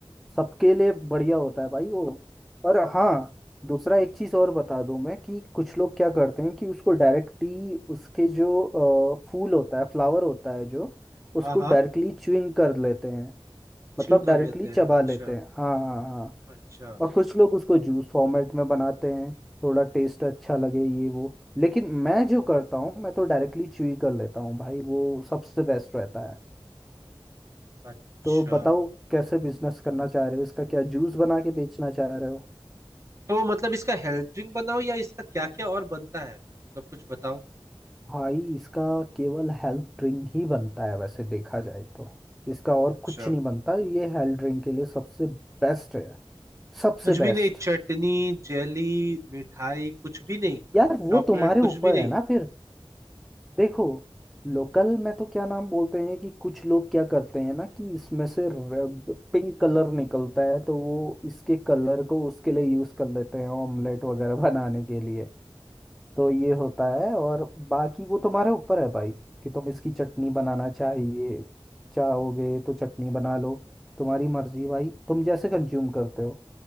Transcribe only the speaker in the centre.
सबके लिए बढ़िया होता है भाई वो और हाँ दूसरा एक चीज और बता दूं मैं कि कुछ लोग क्या करते हैं कि उसको डायरेक्टली उसके जो अ, फूल होता है फ्लावर होता है जो उसको
डायरेक्टली च्युइंग कर लेते हैं मतलब
डायरेक्टली
चबा
लेते हैं हाँ हाँ हाँ
और कुछ लोग उसको जूस फॉर्मेट में बनाते हैं थोड़ा टेस्ट अच्छा लगे ये वो लेकिन मैं जो करता हूँ मैं तो डायरेक्टली च्यूई कर लेता हूँ भाई वो सबसे बेस्ट रहता है
तो बताओ कैसे बिजनेस करना चाह रहे हो इसका क्या जूस बना के बेचना चाह रहे हो
भाई इसका केवल हेल्थ ड्रिंक ही बनता है वैसे देखा जाए तो इसका और
कुछ नहीं बनता ये हेल्थ ड्रिंक के लिए सबसे बेस्ट है सबसे
बेस्ट
यार वो
तुम्हारे
ऊपर
है ना फिर देखो लोकल में तो क्या नाम बोलते हैं कि कुछ लोग क्या करते हैं ना कि इसमें से रेड पिंक कलर निकलता है तो वो इसके कलर को उसके लिए यूज कर लेते हैं ऑमलेट वगैरह बनाने के लिए तो ये होता है और बाकी वो तुम्हारे ऊपर है भाई कि तुम इसकी चटनी बनाना चाहिए चाहोगे तो चटनी बना लो तुम्हारी मर्जी भाई तुम जैसे कंज्यूम करते हो